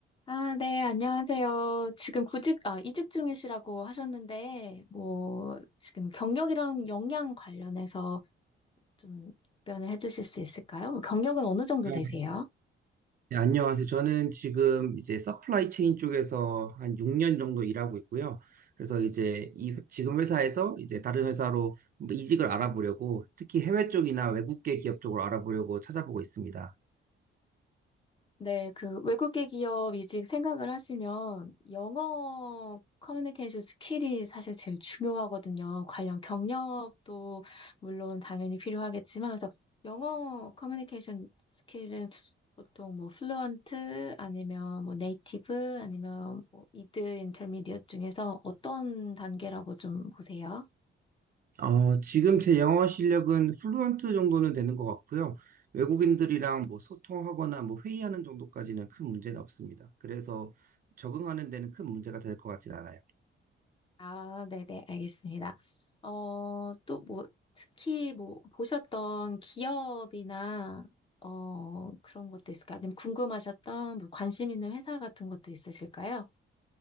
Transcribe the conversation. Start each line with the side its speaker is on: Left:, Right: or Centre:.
Left: 아, 네, 안녕하세요. 지금 구직, 아, 이직 중이시라고 하셨는데, 뭐, 지금 경력이랑 역량 관련해서 좀 답변을 해주실 수 있을까요? 경력은 어느 정도
Right: 네,
Left: 되세요?
Right: 네, 안녕하세요. 저는 지금 이제 서플라이 체인 쪽에서 한 6년 정도 일하고 있고요. 그래서 이제 이 회- 지금 회사에서 이제 다른 회사로 뭐 이직을 알아보려고 특히 해외 쪽이나 외국계 기업 쪽으로 알아보려고 찾아보고 있습니다.
Left: 네, 그 외국계 기업 이직 생각을 하시면 영어 커뮤니케이션 스킬이 사실 제일 중요하거든요. 관련 경력도 물론 당연히 필요하겠지만, 그래서 영어 커뮤니케이션 스킬은 보통 뭐 플루언트 아니면 뭐 네이티브 아니면 뭐 미드 인터미디엇 중에서 어떤 단계라고 좀 보세요?
Right: 어, 지금 제 영어 실력은 플루언트 정도는 되는 것 같고요. 외국인들이랑 뭐 소통하거나 뭐 회의하는 정도까지는 큰 문제는 없습니다. 그래서 적응하는 데는 큰 문제가 될 것 같진 않아요.
Left: 아, 네네, 알겠습니다. 어, 또 뭐, 특히 뭐, 보셨던 기업이나, 어, 그런 것도 있을까요? 아니면 궁금하셨던 뭐 관심 있는 회사 같은 것도 있으실까요?